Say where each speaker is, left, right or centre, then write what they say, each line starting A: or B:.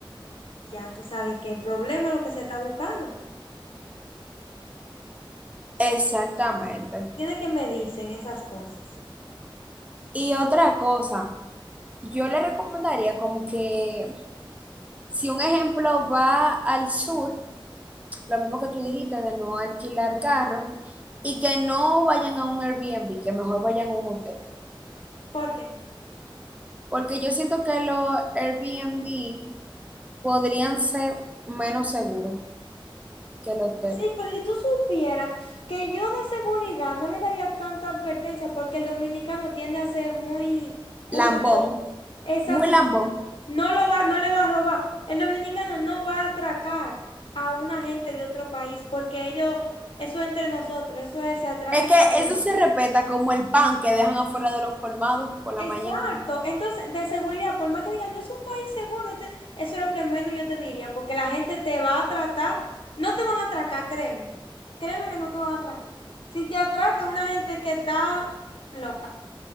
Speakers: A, on the left (about 75°); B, on the right (about 15°).
A: Ya tú sabes que el problema es lo que se está buscando.
B: Exactamente.
A: Tiene que medirse en esas cosas.
B: Y otra cosa, yo le recomendaría como que si un ejemplo va al sur, lo mismo que tú dijiste de no alquilar carro y que no vayan a un Airbnb, que mejor vayan a un hotel.
A: ¿Por qué?
B: Porque yo siento que los Airbnb podrían ser menos seguros que el hotel.
A: Sí, pues si tú supieras que yo de seguridad no le daría tanta advertencia porque el dominicano tiende a ser muy, muy
B: Lambón,
A: loco. Exacto,
B: muy lambón.
A: entonces no lo va, no le va a robar. El dominicano no va a atracar a una gente de otro país porque ellos, eso es entre nosotros, eso es, se atraca
B: Es
A: en
B: que
A: familia.
B: eso se respeta como el pan que dejan afuera de los colmados por la
A: Exacto.
B: mañana.
A: Entonces, de seguridad, por más que digan, no es un país seguro, este- eso es lo que menos yo te diría, porque la gente te va a tratar, no te van a atracar, créeme. Créeme que no te van a atracar. Si te atraca es una gente que está loca,